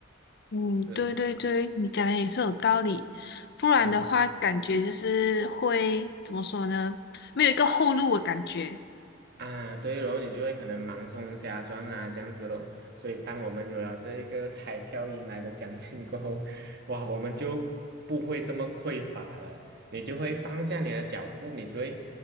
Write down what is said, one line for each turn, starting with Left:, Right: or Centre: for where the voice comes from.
Left: 嗯，
Right: 是。
Left: 对对对，你讲的也是有道理，不然的话，
Right: 嗯。
Left: 感觉就是会怎么说呢？没有一个后路的感觉。
Right: 啊，对然后你就会可能盲冲瞎撞啊，这样子咯。所以，当我们有了这一个彩票赢来的奖金过后，哇，我们就不会这么匮乏了。你就会放下你的脚步，你就会